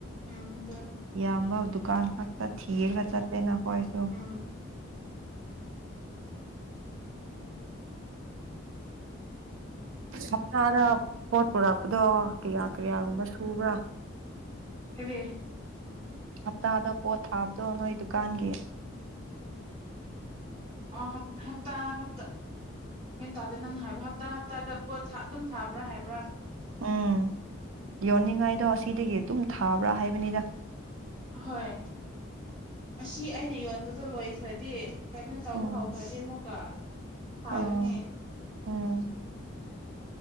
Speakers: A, on the right (about 25°); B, on the right (about 70°).
A: ꯎꯝ ꯑꯗꯨ
B: ꯌꯥ ꯑꯝꯕ ꯗꯨꯀꯥꯟ ꯈ ꯊꯙꯔ ꯉꯆꯥꯦ ꯅꯈꯣꯏꯁꯨꯣ
A: ꯎꯝ
B: ꯍꯞꯇꯥꯗ ꯄꯣꯠ ꯄꯨꯔꯛꯄꯗꯣ ꯀꯌꯥ ꯀꯌꯥꯒꯨꯝꯕ ꯁꯨꯕ꯭ꯔꯥ
A: ꯀꯔꯤ
B: ꯍꯞꯇꯥꯗ ꯄꯣꯠ ꯊꯥꯕꯗꯣ ꯅꯣꯏ ꯗꯨꯀꯥꯟꯒꯤ
A: ꯑꯣ ꯍꯞꯇꯥꯞꯇꯥ ꯇꯗꯅꯅ ꯍꯥꯏꯕ ꯍꯞꯇꯥ ꯍꯞꯇꯥꯗ ꯄꯣꯠ ꯑꯗꯨꯝ ꯊꯥꯕ꯭ꯔꯥ ꯍꯥꯏꯕ꯭ꯔꯥ
B: ꯎꯝ ꯌꯣꯟꯅꯤꯡꯉꯥꯏꯗꯣ ꯑꯁꯤꯗꯒꯤ ꯑꯗꯨꯝ ꯊꯥꯕ꯭ꯔꯥ ꯍꯥꯏꯕꯅꯤꯗ
A: ꯑꯍꯣꯏ ꯑꯁꯤ ꯑꯩꯅ ꯌꯣꯟꯕꯗꯣ ꯂꯣꯏꯈ꯭ꯔꯗꯤ ꯀꯩꯅꯣ ꯇꯧꯕ
B: ꯎꯝ
A: ꯍꯧꯈ꯭ꯔꯗꯦ ꯑꯃꯨꯛꯀ ꯐꯅꯤ
B: ꯑꯣ ꯎꯝ